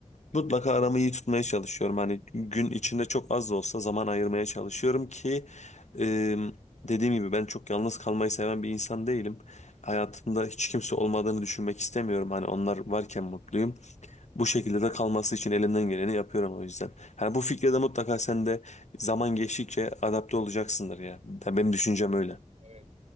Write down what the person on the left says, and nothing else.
Mutlaka aramı iyi tutmaya çalışıyorum. Hani gün
içinde
çok az da olsa zaman ayırmaya çalışıyorum ki e, dediğim gibi ben çok yalnız kalmayı seven bir insan değilim. Hayatımda hiç kimse olmadığını düşünmek istemiyorum. Hani onlar varken mutluyum. Bu şekilde de kalması için elimden geleni yapıyorum o yüzden. Hani bu fikre de mutlaka sen de zaman geçtikçe adapte olacaksındır ya. Yani benim düşüncem
öyle.